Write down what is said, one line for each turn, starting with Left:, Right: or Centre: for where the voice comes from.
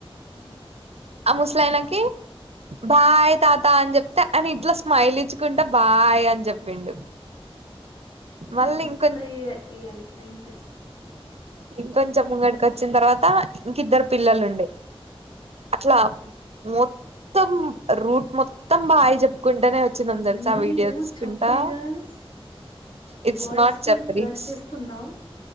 Left: ఆ
Right: ఆ ముసలైనాకి బాయ్ తాత అని చెప్తే అని ఇట్లా స్మైల్ ఇచ్చుకుంటే బాయ్ అని చెప్పిండు
Left: ఒక
Right: మళ్ళీ
Left: కిస్
Right: ఇంకొం
Left: కూడా ఇయ ఇయ్యాలి ఫ్లయింగ్ కిస్
Right: ఇంకొంచెం ముంగడికి వచ్చిన తర్వాత ఇంకద్దరు పిల్లలు ఉండే అట్లా మొత్తం రూట్ మొత్తం బాయ్ చెప్పుకుంటానే వచ్చిందాం తెలుసా
Left: మీరు
Right: ఆ వీడియో తీసుకుంటా
Left: చప్రి గర్ల్స్
Right: ఇట్స్
Left: బాయ్స్
Right: నాట్
Left: కి
Right: చెప్
Left: ఫ్లడ్
Right: రిచ్
Left: చేస్తున్నావు